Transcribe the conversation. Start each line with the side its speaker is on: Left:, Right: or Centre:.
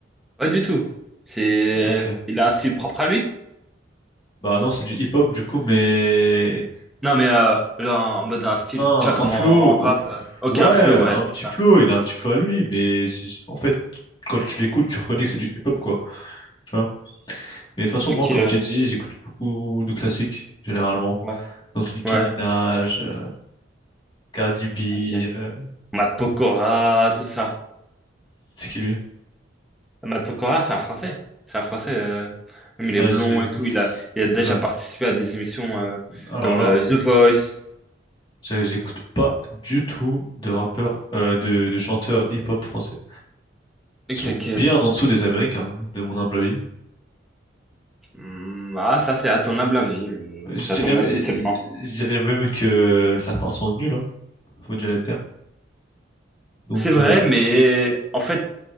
Centre: Pas du tout. C'est,
Left: Ok.
Centre: il a un style propre à lui?
Left: Bah non, c'est du hip-hop du coup, mais
Centre: Non, mais euh, genre en mode un style,
Left: Un,
Centre: tu vois, comme
Left: un flow,
Centre: en, en rap.
Left: ouf,
Centre: euh. Ok,
Left: ouais,
Centre: un
Left: un
Centre: flow, ouais, c'est
Left: petit
Centre: ça.
Left: flow, il a un petit flow à lui, mais c'est- en fait, quand tu l'écoutes, tu reconnais que c'est du hip-hop, quoi, tu vois. Mais de toute façon,
Centre: Ok,
Left: moi, comme
Centre: ouais.
Left: je t'ai dit, j'écoute beaucoup de classiques, généralement.
Centre: Ouais.
Left: Donc, Nicki
Centre: ouais.
Left: Minaj, euh, Cardi B,
Centre: Ok.
Left: euh,
Centre: Matt Pokora, tout ça.
Left: c'est qui lui?
Centre: Matt Pokora, c'est un Français. C'est un Français. euh, Même il
Left: Ah,
Centre: est blond
Left: j'ai...
Centre: et tout. Il a, il a déjà
Left: Oula.
Centre: participé à des émissions euh,
Left: Alors
Centre: comme
Left: là,
Centre: euh, The Voice.
Left: j'ai- j'écoute pas du tout de rappeurs, euh, de, de chanteurs hip-hop français.
Centre: Ok,
Left: Ils sont
Centre: ok.
Left: bien en dessous des Américains, hein, de mon humble avis.
Centre: Hmm, ah, ça, c'est à ton humble avis, mais
Left: Je
Centre: c'est à ton
Left: dirais,
Centre: avis seulement.
Left: je dirais même que certains sont nuls, hein. faut déjà les termes. Donc
Centre: C'est vrai,
Left: euh,
Centre: mais en fait,